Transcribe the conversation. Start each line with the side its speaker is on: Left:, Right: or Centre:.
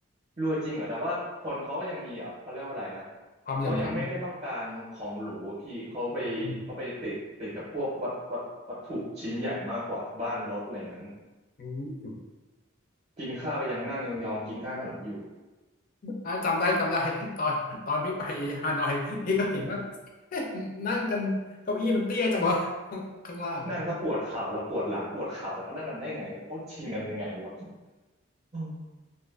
Right: รวยจริงเหรอแต่ว่าคนเขาก็ยังมีอ่ะเขาเรียกว่าอะไรนะ
Left: ความเหลื่อมล้ำ
Right: เขายังไม่ได้ต้องการของหรูอะพี่เขาไปเขาไปติดติดกับพวกวัตวัตวัตถุชิ้นใหญ่มากกว่าบ้านรถอะไรอย่างนั้น
Left: อืมอืม
Right: กินข้าวก็ยังนั่งยองๆกินข้างถนนอยู่
Left: อ่าจำได้จำได้ <laughs> ตอนตอนพี่ไปฮานอยพี่ก็เห็นว่าเอ๊ะนั่งกันเก้าอี้มันเตี้ยจังวะ <laughs> ข้างล่าง
Right: นั่งถ้าปวดเข่าแล้วปวดหลังปวดเข่าแล้วเขานั่งกันได้ไงเขาชิงกันยังไงวะอืม